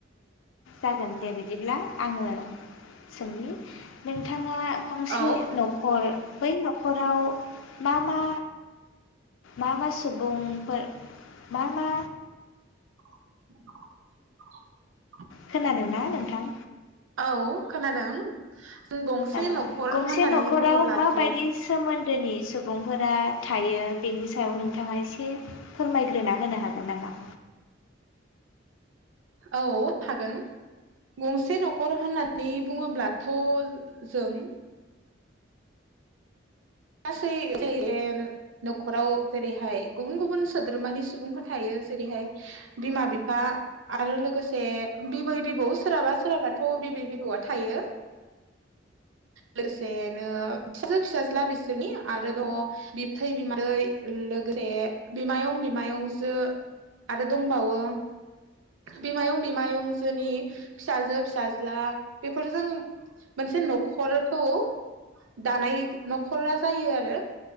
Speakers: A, on the left; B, on the right.
A: जागोन दे बिदिब्ला आङो जोंनि नोंथाङा गंसे
B: औ
A: न'खर बै नखराव मा मा मा मा सुबुंफोर मा मा
B: <inaudible>
A: खोनादोंना नों नोंथां?
B: औ खोनादों। जों गंसे
A: औ
B: न'खर
A: गंसे
B: होननानै
A: न'खराव
B: बुङोब्लाथ'
A: माबायदि सोमोन्दोनि सुबुंफोरा थायो बेनि सायाव नोंथाङा एसे फोरमायग्रोना होनो हागोन नामा?
B: औ हागोन गंसे न'खर होननानै बुङोब्लाथ' जों गासै ज न'खराव जेरैहाय गुबुन गुबुन सोद्रोमानि सुबुंफोर थायो जेरैहाय बिमा बिफा आरो लोगोसे बिबै बिबौ सोरहाबा सोरहाबाथ' बिबै बिबौआ थायो। लोगोसेनो फिसाजो फिसाज्ला बिसोरनि आरो दङ बिबथै बिमादै लोगोसे बिमायं बिमायंजो आरो दंबावो बिमायं बिमायंजोनि फिसाजो फिसाज्ला बेफोरजों मोनसे न'ख नख'रखौ दानाय न'खरा जायो आरो